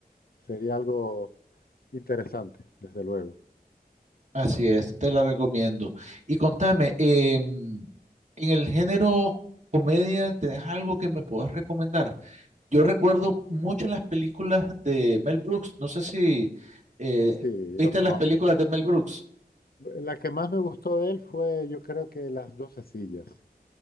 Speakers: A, on the left; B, on the right.
A: Sería algo interesante, desde luego.
B: así es, te la recomiendo. Y contame, em, en el género comedia, ¿tenés algo que me puedas recomendar? Yo recuerdo mucho las películas de Mel Brooks. No sé si eh,
A: Sí,
B: viste
A: lo conozco,
B: las películas
A: sí.
B: de Mel Brooks,
A: La que más me gustó de él fue, yo creo que Las 12 sillas,